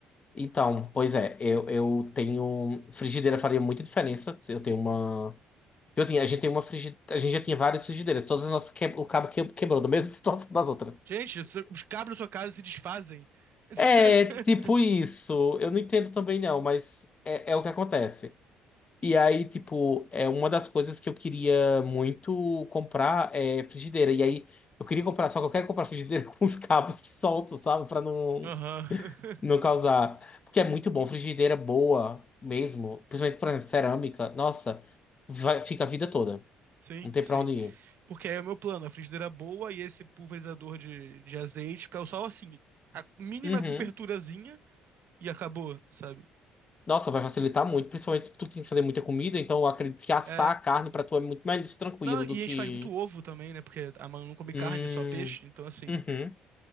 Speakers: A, on the left; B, on the right.
A: Então, pois é. Eu, eu tenho... Frigideira faria muita diferença. Eu tenho uma... Tipo assim, a gente tem uma frigideira... A gente já tinha várias frigideiras. Todas as nossas... que- O cabo que- quebrou da mesma <laughs> situação das outras.
B: Gente, os cabos da sua casa se desfazem. <laughs>
A: É, tipo isso. Eu não entendo também, não, mas é, é o que acontece. E aí, tipo, é uma das coisas que eu queria muito comprar é frigideira. E aí, eu queria comprar, só que eu quero comprar frigideira <laughs> com os cabos que soltam, sabe? Pra não,
B: Aham. <laughs>
A: não causar. Porque é muito bom, frigideira boa mesmo. Principalmente, por exemplo, cerâmica. Nossa, vai, fica a vida toda.
B: Sim,
A: Não tem
B: sim.
A: pra onde ir.
B: Porque aí é o meu plano, a frigideira boa e esse pulverizador de, de azeite, que é só assim, a mínima
A: Uhum.
B: coberturazinha e acabou, sabe?
A: Nossa, vai facilitar muito, principalmente se tu tem que fazer muita comida, então eu acredito que assar
B: É.
A: a carne pra tu é muito mais tranquilo
B: Não, e
A: do que
B: a gente faz muito ovo também, né? Porque a Manu não come carne,
A: Hum,
B: só peixe, então assim,
A: uhum.